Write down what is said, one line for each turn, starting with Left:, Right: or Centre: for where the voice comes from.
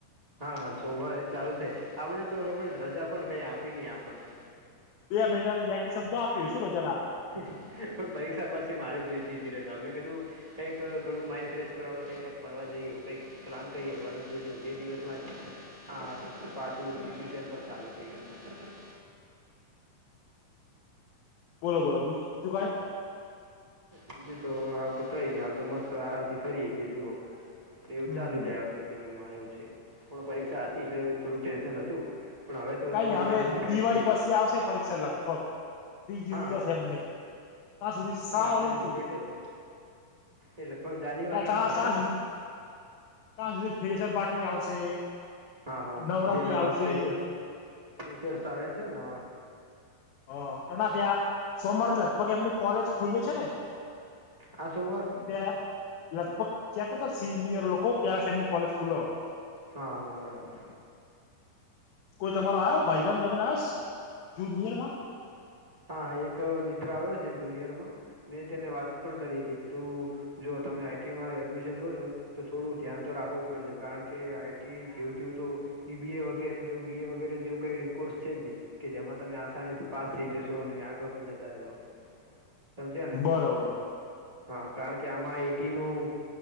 Right: હા હા સોમવારથી ચાલુ થાય આપમણે તો લોકો રજા પણ કઈ આપી નઈ આપણને
Left: બે મહિના વેકેશનો આપ શું રજા ના આપે
Right: પણ પરીક્ષા પછી મારે જોઈતી તી મેમે કીધું કંઈક થોડુંક માઈન્ડ ફ્રેશ કરવા માટે ક્યાંક ફરવા જઈ એવું કઈક પ્લાન કરીએ પરંતુ જો બે દિવસમાં જ હા પાછું ત્રીજુ સેમ પણ ચાલુ થઈ ગયું
Left: બોલો બોલો બીજું તું કઈ
Right: બીજું તો હાલ તો કઈ નઈ હાલ તો મસ્ત આરામ થી ફરીય છીએ જોુઓ એવું
Left: હમ
Right: ચાલુ જાય તો જીવનમાં એવું છે પણ પરીક્ષા હતી એટલે થોડુંક ટેન્શન હતું પણ હવે તો
Left: કઈ
Right: થોડુંક
Left: હવે
Right: માઈન્ડ ફ્રેશ
Left: દિવાળી
Right: થઈ ગયું
Left: પછી આવશે પરીક્ષા લગભગ ત્રીજી
Right: હા
Left: જશે એમની ત્યાં સુધી સાવ
Right: હા આપડે
Left: એમથી
Right: લેટ હશે એ લગભગ જાન્યુઆરી
Left: ત્યાં
Right: માં હશે ને
Left: સુધી ત્યાં સુધી ફ્રેશર પાટી આવશે
Right: હા હા
Left: નવરાત્રી
Right: જે નવા
Left: આવશે
Right: ફેશર્સ આવ્યા છે ને નવા
Left: હ એના ત્યાં સોમવાર લગભગ એમની કોલેજ ખુલ્લી છે ને
Right: આ સોમવાર
Left: ત્યાં લગભગ ક્યાં સિનિયર લોકો ત્રીજા સેમ ની કોલેજ ખુલો
Right: હા હા બરાબર
Left: કોઈ તમારો આવ્યો ભાઇબંધ આવ્યો જુનિયર માં
Right: હા હા એક મિત્ર આવ્યો છે જુનિયર માં મેં તેને વાત પણ કરી હતી તું જો તમે આઈટીમાં એડમિશન લો છો તો થોડું ધ્યાન તો રાખવું જ પડશે કારણ કે આઈટી જેવ જવું તો બીબી એ વગેરે જેવું બી એ વગેરે જેવું કઈ કોર્સ છે જ નહી કે જેમાં તમે આસાની થી પાસ થઈ જશો જો નહી આગળ પણ જતા રહેશો સમજ્યા ને
Left: બરોબર
Right: હા કારણ કે આમાં એટી નું